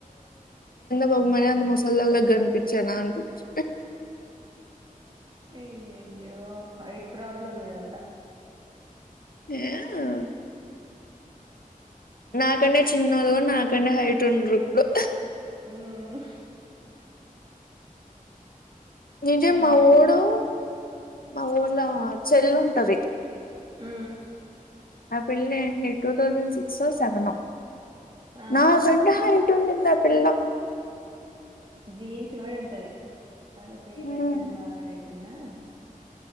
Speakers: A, on the left (about 85°); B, on the right (about 35°).
A: గొమ్మన ఉండు మొసలోల్ల గన్ పిచ్చనా అని పిచ్
B: అయ్యయ్యో హైట్ ప్రాబ్లమ్ ఇదంతా
A: ఏ ఆ నాకన్నా చిన్నోలు నాకన్నా హైటండ్రూ ఇప్పుడు
B: మ్మ్
A: నిజం
B: మ్మ్
A: మా వోడు మా వోళ్ళ చెల్లుంటది
B: ఊ
A: ఆ పిల్ల ఏంది టూ తౌసండ్ సిక్సో సెవెనో
B: ఆ
A: నాకంటే హై ఉండిద్ది ఆ పిల్ల
B: జీన్స్ కూడా ఉంటది వాళ్ళ పేరెంట్స్
A: హ్మ్
B: బాగా హైట్ ఉన్నా